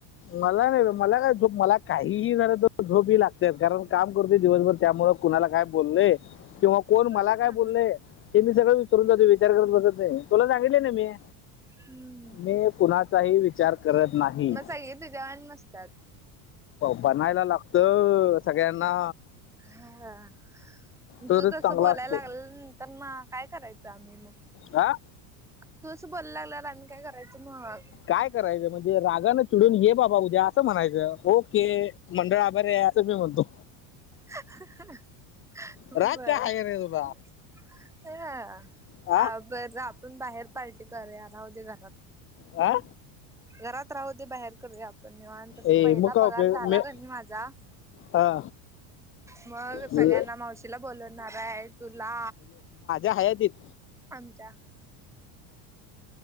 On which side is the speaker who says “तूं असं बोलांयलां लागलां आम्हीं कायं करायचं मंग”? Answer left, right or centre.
Centre